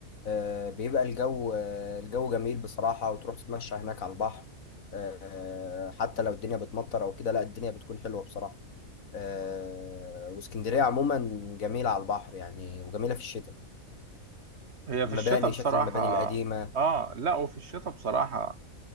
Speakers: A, on the left; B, on the right.
A: آه، بيبقى الجو آه، الجو جميل بصراحه وتروح تتمشى هناك على البحر آه، حتى لو الدنيا بتمطر او كده لا الدنيا بتكون حلوه بصراحه آه، واسكندريه عموما جميله على البحر يعني وجميله في الشتاء
B: هي
A: المباني
B: في الشتاء بصراحة
A: شكل المباني القديمه
B: اه لا وفي الشتاء بصراحة